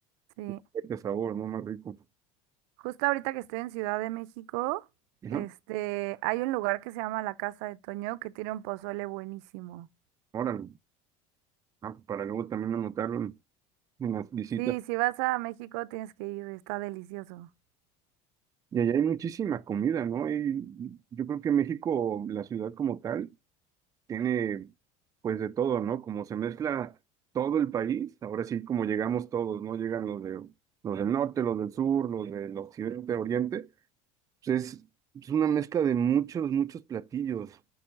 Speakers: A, on the right; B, on the right.
A: Sí.
B: Y Este sabor, ¿no? Más rico.
A: Justo ahorita que estoy en Ciudad de México,
B: Ajá.
A: este, hay un lugar que se llama La Casa de Toño que tiene un pozole buenísimo.
B: Órale. Ah, para luego también anotarlo en en las visitas.
A: Sí, si vas a México tienes que ir, está delicioso.
B: Y allá hay muchísima comida, ¿no? Y yo creo que México, la ciudad como tal, tiene pues de todo, ¿no? Como se mezcla todo el país, ahora sí como llegamos todos, ¿no? Llegan los de los del norte, los del sur, los del occidente, oriente. Pues es, es una mezcla de muchos, muchos platillos.